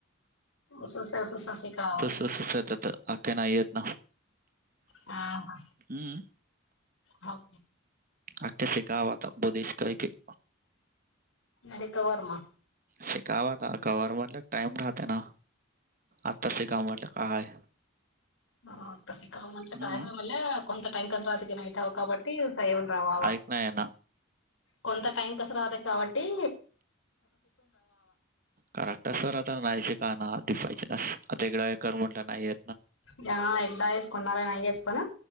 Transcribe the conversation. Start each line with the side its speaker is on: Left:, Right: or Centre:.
Left: उससाससासिकावा
Right: त काही नाही येत ना
Left: हा ह
Right: हं.
Left: हो
Right: आख फेकावाता बुधेश का क
Left: अनिक वर्म
Right: शिकावा द कवर्ह म्हटलं टाइम राहते ना आता शिका म्हटलं काय
Left: ह शिका म्हणलं
Right: हं.
Left: काय मला कोणता टाइ कस राहत की नाही व काबटी सवड रावावा
Right: ऐक नाही आहे ना.
Left: कोंत टईम कसं रात काबटी
Right: कक्ट सर आता नाहीयचे का ना दिपायचे न तेगं कर म्हटलं नाहीय
Left: या एकदाास कोणा नाहीय येतच पण